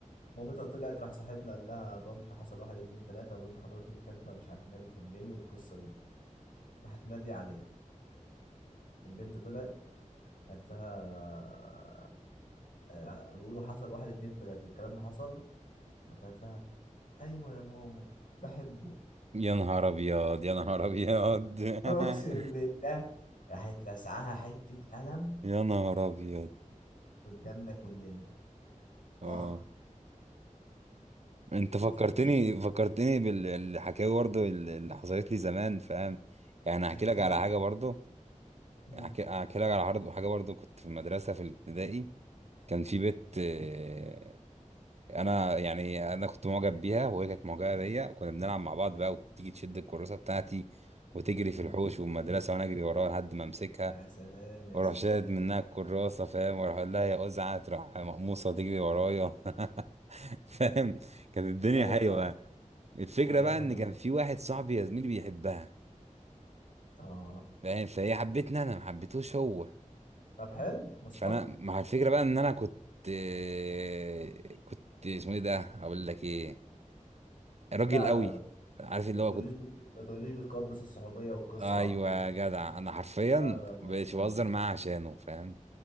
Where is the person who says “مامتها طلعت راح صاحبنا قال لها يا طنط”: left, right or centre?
Left